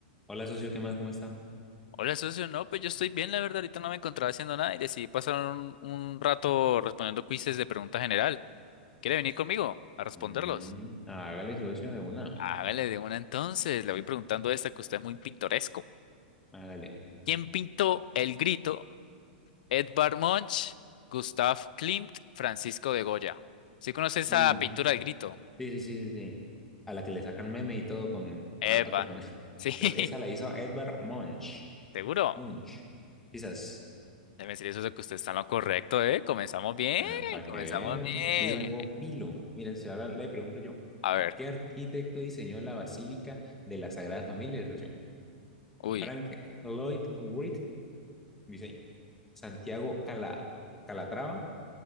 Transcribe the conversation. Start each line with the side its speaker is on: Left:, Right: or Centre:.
Centre: Hola, socio, ¿qué más? ¿Cómo está?
Left: Hola, socio. No, pues yo estoy bien, la verdad. Ahorita no me encontraba haciendo nada y decidí pasar un, un rato respondiendo quizzes de pregunta general. ¿Quiere venir conmigo a responderlos?
Centre: Mm, hágale, socio, de una.
Left: Hágale de una entonces. Le voy preguntando esta que usted es muy pintoresco.
Centre: Hágale.
Left: ¿Quién pintó El Grito? Edvard Munch, Gustav Klimt, Francisco de Goya. ¿Sí conoce esa
Centre: Uh,
Left: pintura del Grito?
Centre: sí, sí, sí, sí, sí. A la que le sacan meme y todo con, con
Left: Epa.
Centre: hartas personas. <laughs>
Left: Sí,
Centre: Creo que esa la hizo Edvard Munch.
Left: <laughs> seguro.
Centre: Munch. Quizás.
Left: Debe decir eso de que usted está en lo correcto, ¿eh? Comenzamos bien,
Centre: Ah, ¿para
Left: comenzamos
Centre: qué? vea,
Left: bien.
Centre: Es que yo vengo pilo. Mira, si ahora le pregunto yo.
Left: A ver,
Centre: ¿Qué arquitecto diseñó la Basílica de la Sagrada Familia, socio?
Left: uy.
Centre: Frank Lloyd Wright, dice ahí. Santiago Cala, Calatrava